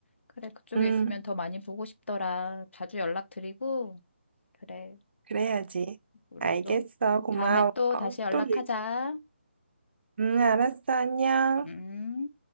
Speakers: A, on the left; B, on the right.
A: 그래, 그쪽에
B: 음,
A: 있으면 더 많이 보고 싶더라. 자주 연락드리고, 그래,
B: 그래야지.
A: 우리
B: 알겠어.
A: 또
B: 고마워.
A: 다음에 또 다시 연락하자.
B: 또, 얘- 음, 알았어. 안녕.
A: 음.